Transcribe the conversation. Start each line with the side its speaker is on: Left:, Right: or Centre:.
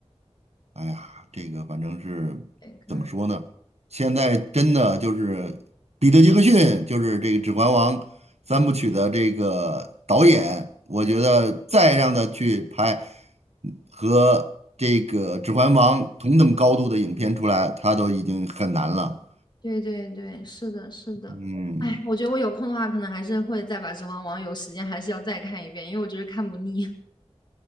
Right: 哎呀，这个反正是
Left: 对，可能
Right: 怎么说呢？现在真的就是彼得·杰克逊，就是这个《指环王》三部曲的这个导演，我觉得再让他去拍
Left: 对
Right: 和这个《指环王》同等高度的影片出来，他都已经很难了。
Left: 对对对，是的，是的。
Right: 嗯，
Left: 哎，我觉得我有空的话，可能还是会再把《指环王》有时间还是要再看一遍，因为我觉得看不腻。<laughs>